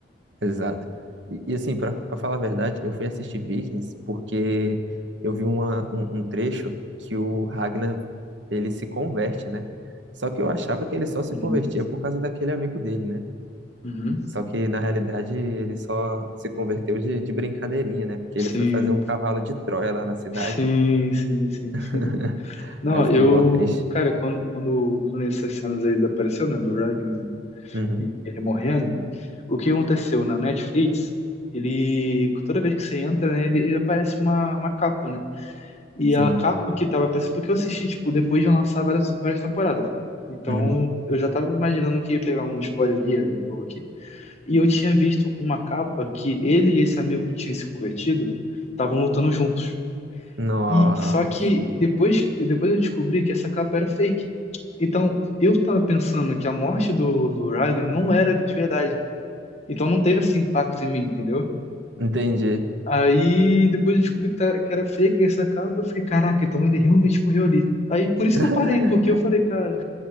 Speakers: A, on the right (about 80°); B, on the left (about 40°).
A: exato. E, e, assim, pra, pra falar a verdade, eu fui assistir Vikings porque eu vi uma, um, um trecho que o Ragnar ele se converte, né? Só que eu achava que ele só se
B: Uhum.
A: convertia por causa daquele amigo dele, né?
B: Uhum.
A: Só que na realidade ele só se converteu de, de brincadeirinha, né? Porque
B: Sim,
A: ele foi fazer um cavalo de Troia lá na cidade.
B: sim, sim, sim.
A: <laughs>
B: Não,
A: Aí eu fiquei
B: eu,
A: mó triste.
B: cara, quando, quando, quando essas cenas aí apareceu, né, do Ragnar
A: Uhum,
B: e ele morrendo, o que aconteceu na Netflix, ele, toda vez que você entra, né, ele, ele aparece uma, uma capa, né, e
A: sim.
B: a capa que tava aparecendo, porque eu assisti, tipo, depois de lançar várias, várias temporadas, então
A: Uhum.
B: eu já tava imaginando que ia pegar um spoiler ali, ali ou aqui, e eu tinha visto uma capa que ele e esse amigo que tinha se convertido estavam lutando juntos.
A: Nossa,
B: E só que depois, que- depois eu descobri que essa capa era fake. Então, eu tava pensando que a morte do, do Ryan não era de verdade. Então não teve esse impacto em mim, entendeu?
A: entendi.
B: Aí depois eu descobri que, tá- que era fake essa capa, eu fiquei, caraca, então ele realmente morreu ali. Aí por isso
A: <laughs>
B: que eu parei, porque eu falei, cara,